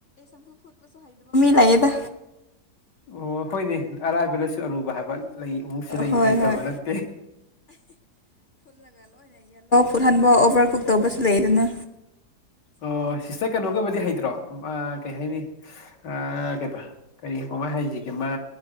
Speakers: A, on the left; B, on the left.
A: ꯂꯩꯩꯌꯦꯗ
B: ꯑꯣ ꯍꯣꯏꯅꯦ ꯑꯔꯥꯏꯕꯗꯁꯨ ꯑꯔꯨꯕ ꯍꯥꯢꯕ ꯂꯩ ꯑꯃꯨꯛꯁꯨ ꯂꯩ
A: ꯍꯣꯏ
B: ꯂꯩꯇꯕ
A: ꯍꯣꯏ
B: ꯅꯠꯇꯦ
A: ꯑꯍꯥꯟꯕ ꯑꯣꯕꯔ ꯀꯨꯛ ꯇꯧꯕꯁꯨ ꯂꯩꯗꯥꯅ
B: ꯑꯣ ꯁꯤꯁꯇꯔ ꯀꯩꯅꯣꯒꯕꯨꯗꯤ ꯍꯩꯇ꯭ꯔꯣ ꯀꯩ ꯍꯥꯏꯅꯤ ꯑ ꯀꯩꯕ ꯀꯔꯤ ꯀꯥꯃꯥꯏ ꯍꯁꯤꯒꯦ ꯃꯥ